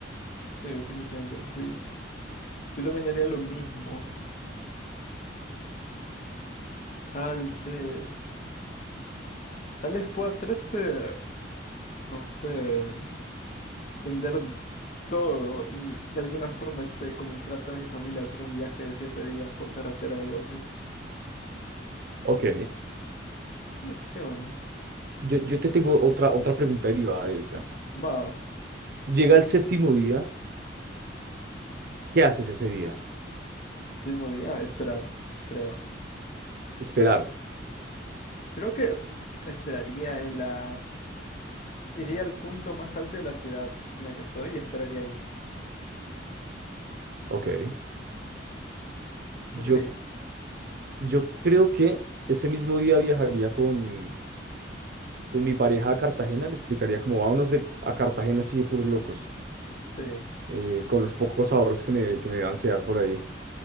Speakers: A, on the left (about 40°); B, on the right (about 55°).
A: Sí, definitivamente, sí. Yo también haría lo mismo. Tal vez. Tal vez pueda hacer este, no sé, vender todo y de alguna forma este, convencer a toda mi familia a hacer un viaje de siete días por carretera o algo así.
B: Ok,
A: Una opción.
B: yo, yo te tengo otra, otra pregunta derivada de esa.
A: Va,
B: Llega el séptimo día, ¿qué haces ese día?
A: séptimo día, esperar, creo.
B: Esperar.
A: Creo que esperaría en la... Iría al punto más alto de la ciudad en la que estoy y esperaría ahí.
B: Ok.
A: ¿Tú
B: Yo,
A: querías?
B: yo creo que ese mismo día viajaría con, con mi pareja a Cartagena, le explicaría cómo vámonos de, a Cartagena así de puros locos,
A: Sí.
B: eh, con los pocos ahorros que me, que me van a quedar por ahí.